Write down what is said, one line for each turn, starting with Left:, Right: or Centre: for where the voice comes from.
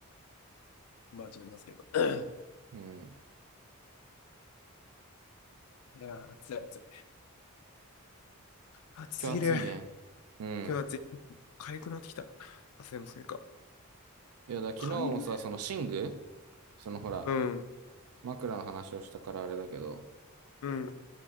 Left: まあちょっといますけど。<clears throat> いや
Right: うん。
Left: ー、いや暑い暑い。暑すぎる。
Right: 今日暑いね。うん。
Left: 今日暑い。痒くなってきた。汗のせいか。
Right: いや、だ、昨日もさ、
Left: 痒いる
Right: その寝具、そのほら、
Left: うん。
Right: 枕の話をしたからあれだけど、
Left: うん。